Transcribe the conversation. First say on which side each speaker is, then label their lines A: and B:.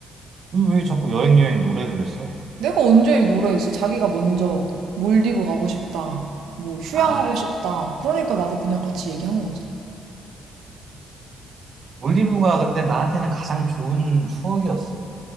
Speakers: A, on the right (about 50°); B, on the right (about 80°).
A: 왜, 왜 자꾸 여행 여행 노래를 했어?
B: 내가 언제 노래했어? 자기가 먼저 몰디브 가고 싶다. 뭐 휴양하고
A: 아,
B: 싶다. 그러니까 나도 그냥 같이 얘기한 거지.
A: 몰디브가 근데 나한테는 가장 좋은 추억이었어.